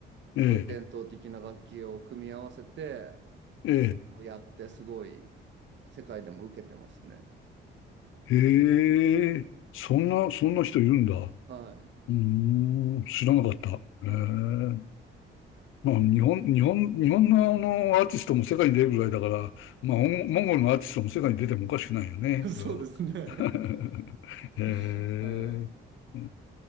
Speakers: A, on the left; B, on the right.
A: ええ、
B: そういう伝統的な楽器を組み合わせて
A: え
B: もうやってすごい世界でも受けてますね。
A: え、へえ、
B: は
A: そんな、そんな人いるんだ。
B: いはい。
A: うーん、知らなかった。ええ。
B: はい。
A: まあ、日本、日本、日本のあの、アーティストも世界に出るぐらいだから、まあ、モンモンゴルのアーティストも世界に出てもおかしくないよね、それは。
B: そうですね。<laughs> そうですね。
A: <laughs>
B: <laughs>
A: へえ。
B: はい。
A: ええ